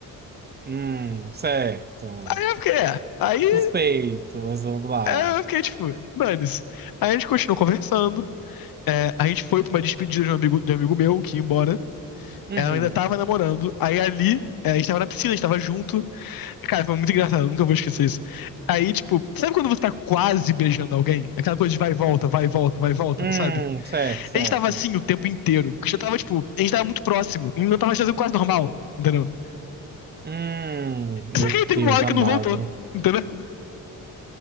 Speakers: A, on the right; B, on the left.
A: Hum, certo.
B: Aí eu fiquei, é. Aí
A: Suspeito, mas vamos lá.
B: é, eu fiquei, tipo, dane-se. Aí a gente continuou conversando, é, a gente foi pra uma despedida de um amigo, de um amigo meu que ia embora.
A: Uhum.
B: Ela ainda tava namorando, aí ali, é, a gente tava na piscina, a gente tava junto. Cara, foi muito engraçado, eu nunca vou esquecer isso. Aí, tipo, sabe quando você tá quase beijando alguém? Aquela coisa de vai e volta, vai e volta, vai e volta,
A: Hum,
B: sabe?
A: certo, certo.
B: A gente tava assim o tempo inteiro, porque já tava, tipo, a gente tava muito próximo, e eu tava fazendo quase normal, entendeu?
A: Hum, meu
B: Só que
A: Deus
B: aí teve uma hora
A: amado.
B: que não voltou, entendeu?